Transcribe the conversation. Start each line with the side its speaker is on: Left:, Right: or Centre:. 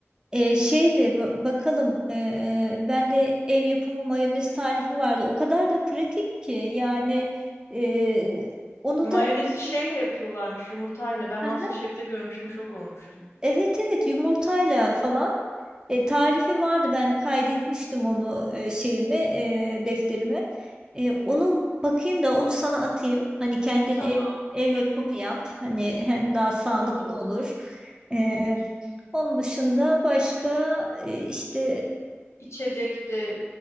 Right: e, şey de ba- bakalım e, bende ev yapımı mayonez tarifi vardı. O kadar da pratik ki yani e, onu
Left: Mayonezi
Right: da
Left: şeyle yapıyorlarmış, yumurtayla. Ben
Right: <laughs>
Left: MasterChef'te görmüştüm, şok olmuştum.
Right: evet evet yumurtayla falan. E, tarifi vardı ben kaydetmiştim onu e, şeyimi e, defterimi. E, onu bakayım da onu sana atayım. Hani kendin
Left: Tamam.
Right: ev, ev
Left: <laughs>
Right: yapımı yap. Hani hem daha sağlıklı
Left: Olur.
Right: olur. E,
Left: Evet.
Right: onun dışında başka e, işte
Left: İçecek de